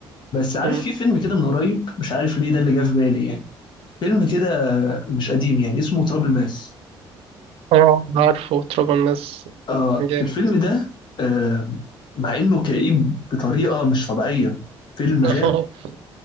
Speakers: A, on the left (about 55°); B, on the right (about 80°).
A: بس عارف
B: مم.
A: في فيلم كده من قريب مش عارف ليه ده اللي جه في بالي يعني فيلم كده آه، مش قديم يعني اسمه تراب الماس
B: اه عارفه تراب الناس
A: اه
B: جامد
A: الفيلم ده آه مع انه كئيب بطريقه مش طبيعيه فيلم
B: <laughs>
A: غامق
B: اه